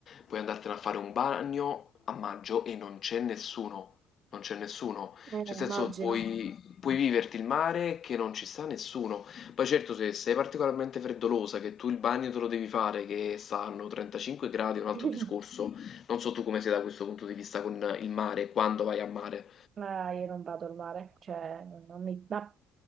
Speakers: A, on the left; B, on the right.
A: puoi andartene a fare un bagno a maggio e non c'è nessuno. Non c'è nessuno.
B: eh,
A: Cioè, nel
B: immagino.
A: senso, puoi, puoi viverti il mare che non ci sta nessuno. Poi certo, se sei particolarmente freddolosa, che tu il bagno te lo devi fare, che stanno 35 gradi, è un altro
B: <laughs>
A: discorso. Non so tu come sei da questo punto di vista con il mare, quando vai a mare.
B: Ma io non vado al mare, cioè, non non mi- ma